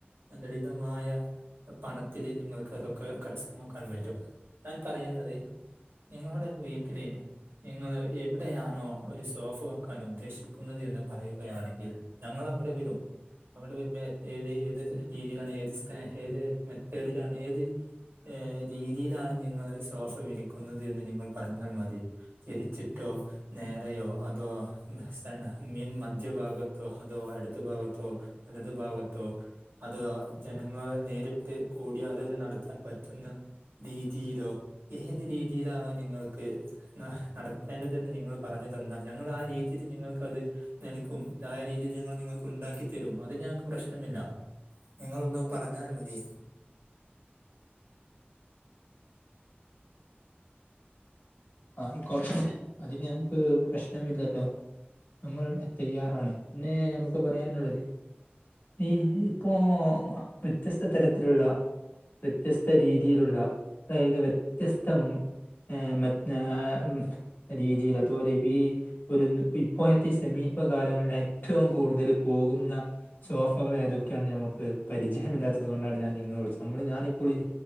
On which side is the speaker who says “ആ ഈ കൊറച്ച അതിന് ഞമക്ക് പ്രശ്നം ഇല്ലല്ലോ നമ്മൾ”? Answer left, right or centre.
Left